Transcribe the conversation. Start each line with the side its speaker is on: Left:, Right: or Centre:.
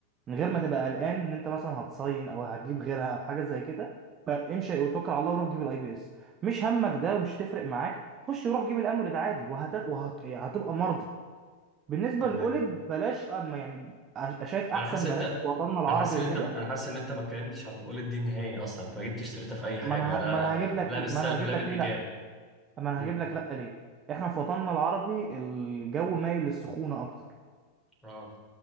Right: من غير ما تبقى قلقان ان انت مثلا هتصين او هتجيب غيرها او حاجه زي كده فامشي وتوكل على الله وروح جيب الاي بي اس مش همك ده ومش هتفرق معاك خش وروح جيب الامولد عادي وهت... وهت... يعني هتبقى مرضي بالنسبه
Centre: تمام
Right: للاولد بلاش اما يعني أ- شايف
Centre: انا
Right: احسن
Centre: حاسس إن
Right: بلاش
Centre: انت
Right: في وطننا العربي
Centre: انا حاسس ان
Right: وكده
Centre: انت انا حاسس ان انت ما اتكلمتش عن قول الدين نهائي اصلا انت ما جبتش سيرتها في اي حاجه
Right: ما انا
Centre: لا
Right: ه... ما انا هجيب لك
Centre: لا
Right: ما
Centre: بالسلب
Right: انا هجيب
Centre: لا
Right: لك
Centre: بالايجاب
Right: ليه لا طب ما انا
Centre: امم
Right: هجيب لك لا ليه احنا في وطننا العربي الجو مايل للسخونه اكتر
Centre: اه